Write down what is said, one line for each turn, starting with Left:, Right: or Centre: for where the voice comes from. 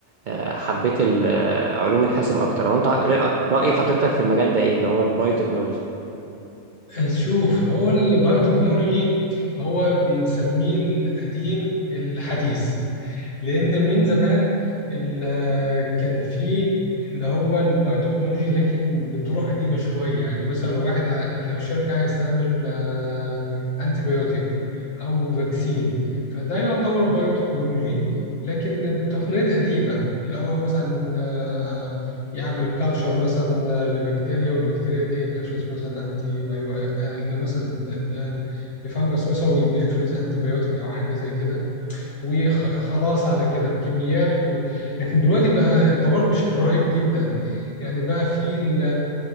Right: آه، حبيت ال- آه، علوم الحاسب اكتر هو انت ر- رأي حضرتك في المجال ده ايه اللي هو البايوتكنولوجي
Left: شوف هو البايوتكنولوجي هو بنسميه القديم الحديث لأن من زمان ال- كان فيه اللي هو البايوتكنولوجي لكن بطرق قديمة شوية يعني مثلا لو واحد ع- لو شركة عايز تعمل آه، أنتيبيوتيك أو فاكسين فده يعتبر بايوتكنولوجي لكن بتقنيات قديمة اللي هو مثلا آه، يعمل كالتشر مثلا لبكتيريا والبكتيريا دي بتفرز مثلا انتي اللي مثلا ل- ل- لفنجس مثلا بيفرز انتي بيوتيك او حاجه زي كده وخلاص على كده بكميات و... لكن دلوقتي بقى اتطورت بشكل رهيب جدا يعني بقى في ال-